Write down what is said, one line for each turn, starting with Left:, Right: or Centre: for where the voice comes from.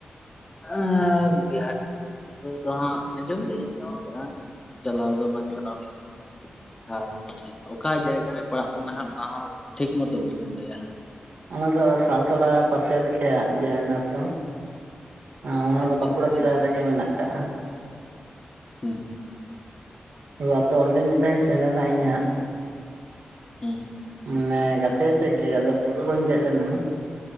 Left: ᱮᱸᱻ ᱵᱤᱦᱟᱨᱤ ᱵᱩᱨᱩ ᱫᱚ ᱦᱟᱸᱜ ᱟᱸᱡᱚᱢ ᱫᱩᱧ ᱟᱸᱡᱚᱢ ᱟᱠᱟᱜ-ᱟ ᱪᱟᱞᱟᱣ ᱫᱚ ᱵᱟᱝ ᱪᱟᱞᱟᱣ ᱦᱩᱭ ᱠᱟᱱᱟ ᱾ ᱟᱨ ᱢᱟᱱᱮ ᱚᱠᱟ ᱡᱟᱭᱜᱟ ᱨᱮ ᱯᱟᱲᱟᱜ ᱠᱟᱱᱟ ᱦᱟᱸᱜ ᱚᱱᱟᱦᱚᱸ ᱴᱷᱤᱠ ᱢᱚᱛᱚ ᱵᱟᱹᱧ ᱵᱟᱲᱟᱭᱟ ᱦᱟᱸᱜ ᱾
Right: ᱚᱱᱟ ᱫᱚ ᱥᱟᱞᱛᱚᱲᱟ ᱯᱟᱥᱮ ᱨᱮᱠᱮ ᱵᱤᱦᱟᱨᱤᱱᱟᱛᱷ ᱫᱚ ᱾ ᱚᱱᱟ
Left: ᱟᱪᱪᱷᱟ
Right: ᱫᱚ ᱵᱟᱸᱠᱩᱲᱟ
Left: ᱟᱪᱪᱷᱟ
Right: ᱡᱮᱞᱟ ᱨᱮᱜᱮ ᱢᱮᱱᱟᱜ ᱠᱟᱜᱼᱟ ᱾
Left: ᱦᱩᱸ ᱾
Right: <unintelligible> ᱛᱚ ᱚᱸᱰᱮ ᱢᱤᱫ ᱫᱷᱟᱣ
Left: ᱟᱪᱪᱷᱟ
Right: ᱤᱧ ᱥᱮᱱ ᱞᱮᱱᱟ ᱤᱧ ᱦᱟᱸᱜ ᱾
Left: ᱦᱩᱸ ᱾
Right: ᱢᱟᱱᱮ ᱜᱟᱛᱮ ᱟᱛᱮᱜ ᱜᱮ ᱟᱫᱚ ᱵᱩᱨᱩ ᱦᱚᱧ ᱫᱮᱡ ᱞᱮᱱᱟ,